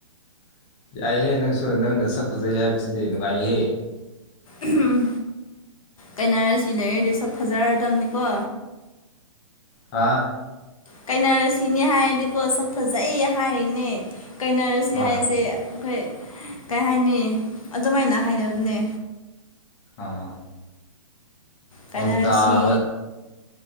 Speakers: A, on the left; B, on the left.
A: ꯌꯥꯏꯍꯦ ꯅꯪꯁꯨ ꯅꯪꯅ ꯁꯛ ꯐꯖꯩ ꯍꯥꯏꯕꯁꯤꯗꯤ ꯅꯨꯡꯉꯥꯏꯍꯦ
B: ꯎꯝ ꯀꯩꯅꯥꯔꯁꯤ ꯂꯩꯔꯗꯤ ꯁꯛ ꯐꯖꯔꯗꯕꯅꯤꯀꯣ
A: ꯍꯥꯥ
B: ꯀꯩꯅ ꯔꯁꯤꯅꯦ ꯍꯥꯏꯔꯗꯤꯀꯣ ꯁꯛ ꯐꯖꯩ ꯍꯥꯏꯔꯤꯅꯦ ꯀꯩꯅꯥꯔꯁꯤ
A: ꯍꯣꯏ
B: ꯍꯥꯏꯕꯁꯦ ꯑꯩꯈꯣꯏ ꯀꯩ ꯍꯥꯏꯅꯤ ꯑꯗꯨꯃꯥꯏꯅ ꯍꯥꯏꯅꯕꯅꯦ
A: ꯑꯥ
B: ꯀꯥꯏꯅꯔꯁꯤ
A: ꯅꯣꯡ ꯇꯕꯥ